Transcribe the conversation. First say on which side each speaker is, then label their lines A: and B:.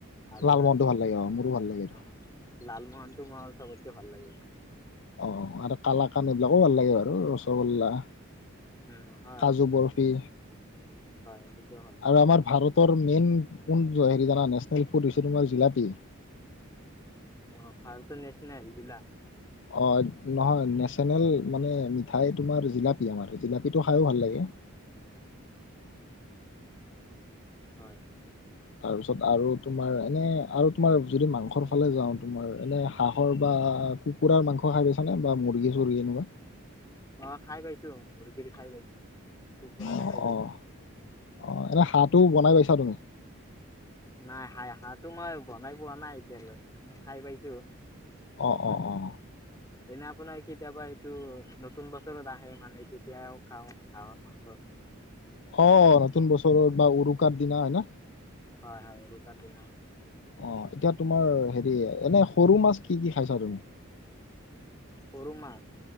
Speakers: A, on the left; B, on the left.
A: আৰু
B: লালমোহনটো ভাল লাগে অ মোৰো ভাল লাগে এইটো।
A: অ' লাল মহন মোৰ চবতকৈ ভাল লাগে এইটো।
B: অ', আৰু কালাকান এইবিলাকো ভাল লাগে বাৰু ৰসগোল্লা।
A: উম হয়
B: কাজু বৰফি।
A: হয় সেইটোৱে ভাল লাগে
B: আৰু আমাৰ ভাৰতৰ মেইন কোন হেৰি জানা নেচনেল ফুড হৈছে তোমাৰ জিলাপি।
A: অঁ, ফালটো নেচনেল জিলা।
B: অঁ, নহয় নেশ্যনেল মানে মিঠাই তোমাৰ জিলাপী আমাৰ জিলাপীটো খায়ো ভাল লাগে।
A: হয়।
B: তাৰ পিছত আৰু তোমাৰ এনে আৰু তোমাৰ যদি মাংসৰ ফালে যাওঁ তোমাৰ এনে হাঁহৰ বা, বা কুকুৰাৰ মাংস খাই পাইছানে বা মুৰ্গী- চুৰ্গী এনেকুৱা।
A: অঁ, খাই পাইছো মুৰ্গীৰ খাই পাইছো কুকুৰাৰো
B: অ',
A: খাই পাইছো।
B: অ', অ এনেই হাঁহটো বনাই পাইছা তুমি?
A: নাই হাঁহটো মই বনাই পোৱা নাই এতিয়ালৈ কিন্তু, খাই পাইছো।
B: অ',
A: অলমান,
B: অ', অ',
A: এনে আপোনাৰ কেতিয়াবা এইটো নতুন বছৰত আহে মানে যেতিয়া খাওঁ হাহৰ মাংস।
B: অ', নতুন বছৰত বা উৰুকাৰ দিনা হয় নে?
A: হয় হয় উৰুকা দিনা।
B: অ' এতিয়া তোমাৰ হেৰি, এনে সৰু মাছ কি কি খাইছা তুমি?
A: সৰু মাছ,